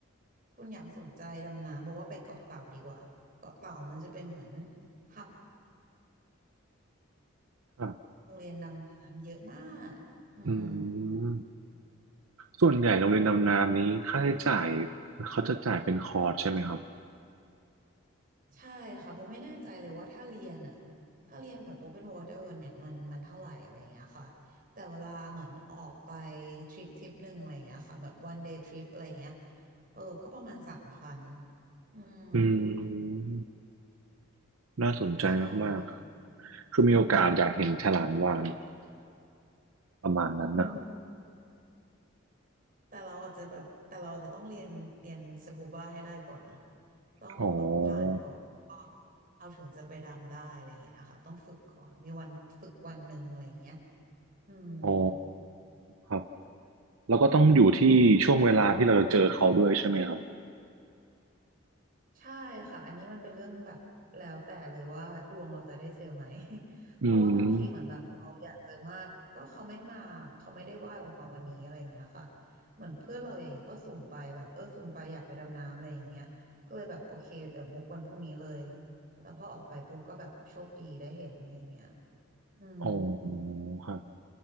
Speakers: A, on the right (about 40°); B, on the right (about 85°).
A: คุณอยากสนใจดำน้ำบอกว่าไปเกาะเต่าดีกว่าเกาะเต่ามันจะเป็นเหมือนหับ
B: ครับ
A: โรงเรียนดำน้ำเยอะมากอืม
B: อืม ส่วนใหญ่โรงเรียนดำน้ำนี้ค่าใช้จ่ายเขาจะจ่ายเป็นคอร์สใช่ไหมครับ
A: ใช่ค่ะโบไม่แน่ใจเลยว่าถ้าเรียนอะถ้าเรียนแบบ Open Water เนี่ยมันมันเท่าไหร่อะไรเงี้ยค่ะแต่เวลาเหมือนออกไปทริปทริปหนึ่งอะไรเงี้ยค่ะแบบ one day trip อะไรเงี้ยเออก็ประมาณสามพันอืม
B: อืมน่าสนใจมาก
A: ใช่เนี่ย
B: ๆคือมีโอกาสอยากเห็นฉลามวาฬประมาณนั้นนะครับ
A: อืมแต่เราอาจจะแบบแต่เราอาจจะต้องเรียนเรียนสกูบาให้ได้ก่อนนะต้องต้องผ่านก่อน
B: อ๋อ
A: เราถึงจะไปดำได้อะไรเงี้ยค่ะต้องฝึกก่อนมีวันฝึกวันหนึ่งอะไรเงี้ยอืม
B: อ๋อครับแล้วก็ต้องอยู่ที่ช่วงเวลาที่เราจะเจอเขาด้วยใช่ไหมครับ
A: ใช่ค่ะอันนี้มันเป็นเรื่องแบบแล้วแต่เลยว่าดวงเราจะได้เจอไหม <laughs> เพราะว่าบางทีเหมือนแบบเราอยากเจอมากก็เขาไม่มาเขาไม่ได้ว่ายออกมาวันนี้อะไรอย่างเงี้ยค่ะ
B: อืม
A: เหมือนเพื่อนเราอย่างเงี้ยก็สุ่มไปแบบเออสุ่มไปอยากไปดำน้ำอะไรอย่างเงี้ยก็เลยแบบโอเคเดี๋ยวบุ๊กวันพรุ่งนี้เลยแล้วพอออกไปปุ๊บก็แบบโชคดีได้เห็นอะไรอย่างเงี้ยอืม
B: อ๋อครับ